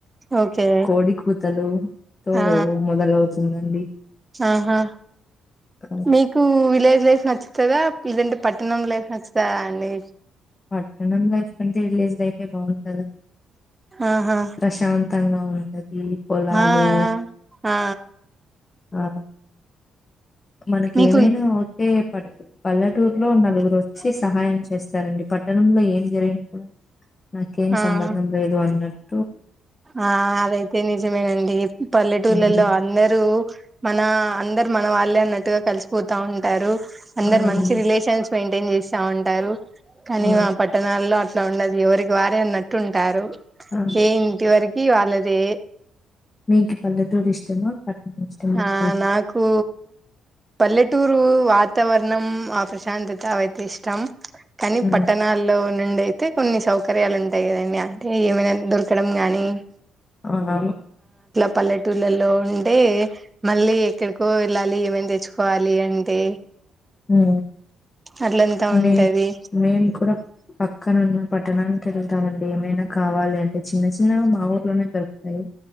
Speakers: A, on the right (about 20°); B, on the left (about 30°).
A: ఓకే
B: కోడి కూతలు తో
A: ఆ
B: మొదలవుతుందండి
A: ఆహా
B: ఆ,
A: మీకు విలేజ్ లైఫ్ నచ్చ వస్తుదా ఇదంటే పట్టణం ఫ్ వచ్చా అండి
B: పతనం లైఫ్ కంటే విల్లే అే బాగుంటందిండి
A: ఆహా
B: ప్రశాంతంగా ఉంటది పొలాలు
A: ఆ ఆ ఆ
B: ఆ మనకి
A: మీకు
B: ఏమైనా అవుతే ప పల్లెటూరులో నలుగురు వచ్చి సహాయం చేస్తారండి పట్టణంలో ఏం జరిగిిన నాకేం
A: ఆ
B: సంబంధం లేదు అన్నాటు
A: ఆ అదైతే నిజమేనండి పల్లెటూళ్లలో
B: ఉమ్,
A: అందరూ మన అందరు మన వాళ్ళే అన్నట్టుగా కలిసిపోతా ఉంటారు అందరు
B: అవునండి
A: మంచి రిలేషన్స్ మెయింటైన్ చేస్తా ఉంటారు కానీ
B: ఆ
A: మా పట్టణాల్లో అట్లా ఉండది ఎవరికి వారే అన్నట్టు ఉంటారు
B: ఆ
A: ఏ ఇంటి వరక వాళ్ళదే
B: మీకు <inaudible>
A: హా
B: అండి
A: నాకు పల్లెటూరు వాతవరణం ప్రశాంతత వైతి ఇష్టం కానీ
B: ఉమ్.
A: పట్టణాల్లో నుండి అయితే కొన్ని సౌకర్యాలు ఉంటాయి కదండి అంటే ఏమైనా దొరకడం గానీ
B: అవునా
A: పల్లెటూళ్లలో ఉంటే మళ్ళీ ఎక్కడికో వెళ్ళాలి ఏమేమి తెచ్చుకోవాలి అంటే
B: ఉ
A: అట్లంతా ఉంటది
B: మే మేము కూడా పక్కన ఉన్నా పట్టణానికి వెళ్తామండి ఏమైనా కావాలి అంటే చిన్న చిన్నగా మా ఊర్లోనే దొరుకుతాయి